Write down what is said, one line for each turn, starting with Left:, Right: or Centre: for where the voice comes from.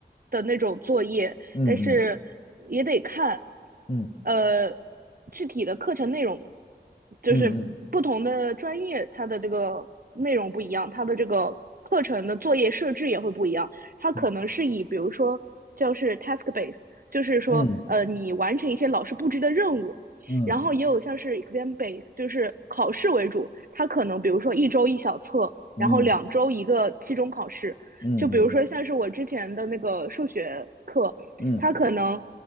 Right: 的那种作业，
Left: 嗯嗯
Right: 但是也得看，
Left: 嗯
Right: 呃，具体的课程内容，就是不同的专业它的这个内容不一样，
Left: 嗯
Right: 它的这个课程的作业设置也会不一样。
Left: 嗯
Right: 它可能是以比如说就是 task base，就是说呃你完成一些老师布置的任务，
Left: 嗯嗯
Right: 然后也有像是 exam base，就是考试为主，它可能比如说一周一小测，
Left: 嗯嗯
Right: 然后两周一个期中考试。
Left: 嗯嗯
Right: 就比如说像是我之前的那个数学课，
Left: 嗯
Right: 它可能